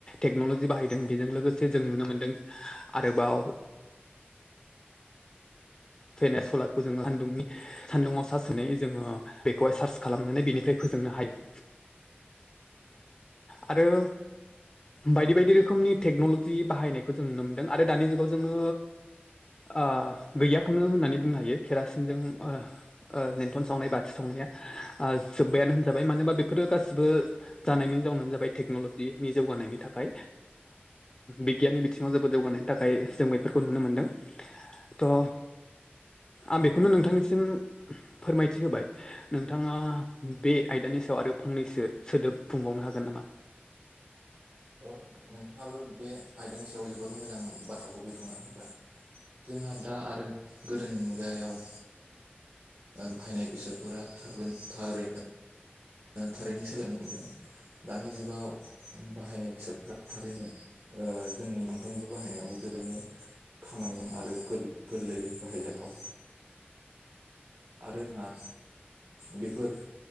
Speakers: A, on the left; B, on the right.
A: टेक्न'लजि बाहायदों बेजों लोगोसे जों नुनो मोन्दों आरोबाव फैनाय सलारखौ जोङो सान्दुंनि सान्दुंङाव सा सोनानै जोङो बेखौहाय सार्स खालामनानै बेनिफ्राय फोजोंनो हायो। आरो बायदि बायदि रोखोमनि टेक्न'लजि बाहायनायखौ जों नुनो मोनदों। आरो दानि जुगाव जोङो ओ गैयाखौनो होननानै बुंनो हायो केरासिनजों ओ ओ लन्थन सावनाय बाथि सावनाया ओ जोब्बायानो होनजाबाय मानो होनबा बेफोरो गासिबो जानायनि जाउनानो जाबाय टेक्न'ल'जिनि जौगानायनि थाखाय। बिगियाननि बिथिङाव जोबोद जौगानायनि थाखाय जों बेफोरखौ नुनो मोनदों। थ' आं बेखौनो नोंथांनिसिम फोरमायथि होबाय। नोंथाङा बे आयदानि सायाव आरो फंनैसो सोदोब बुंबावनो हागोन नामा?
B: अ नोंथाङाबो बे आयदानि सायाव जोबोद मोजां बाथ्राखौ बेखेवनानै होबाय। जोंहा दा आरो गोदोनि मुगायाव बाहायनाय बेसादफोरा थ थारै थारैनो सोलोंनो हमदों दानि जुगाव बाहायनाय बेसादफ्रा थारैनो जोंनि सामफ्रामबो बाहायनायाव जोबैनो खामानिजों आरो गोरलैयै बाहायजाथाव। आरो जोंहा बेफोर